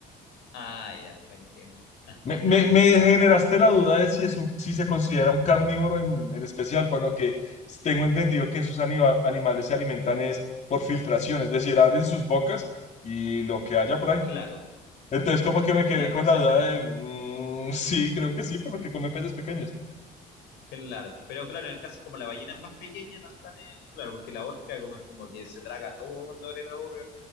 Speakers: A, on the left; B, on the left.
A: Ah, ya, buenísimo. <laughs>
B: Me, me- me generaste la duda de si, es un- si se considera un carnívoro en, en especial, por lo que tengo entendido que esos anima- animales se alimentan es por filtración, es decir, abren sus bocas y lo que haya por ahí.
A: Claro,
B: Entonces, como que me quedé
A: claro,
B: con
A: exactamente.
B: la duda de, mm, sí, creo que sí, por lo que come peces pequeños.
A: Claro, pero claro, en el caso como la ballena es más pequeña, no están en... Claro, porque la orca como es como que se traga todo cuando abre la boca,